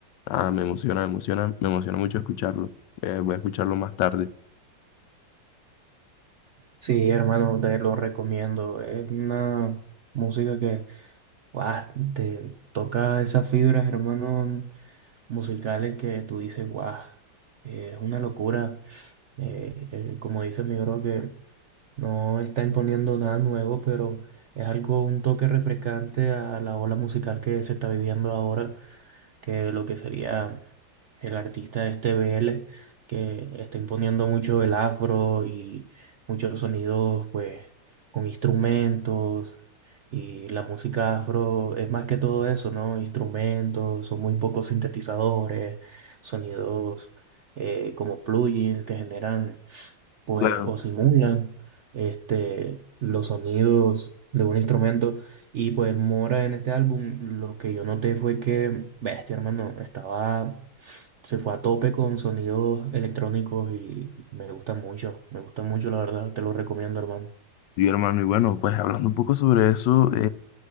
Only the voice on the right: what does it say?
Sí, hermano, te lo recomiendo. Es una música que guau, te toca esas fibras, hermano, musicales que tú dices, guau, eh, es una locura. Eh, eh, como dice mi bro, que no está imponiendo nada nuevo, pero es algo, un toque refrescante a la ola musical que se está viviendo ahora que lo que sería el artista este BL, que está imponiendo mucho el afro y muchos sonidos, pues, con instrumentos. Y la música afro es más que todo eso, ¿no? Instrumentos, son muy pocos sintetizadores, sonidos eh, como plugins que generan pues
o simulan este, los sonidos de un instrumento. Y pues Mora en este álbum, lo que yo noté fue que, bestia, hermano, estaba, se fue a tope con sonidos electrónicos y me gusta mucho, me gusta mucho, la verdad, te lo recomiendo, hermano.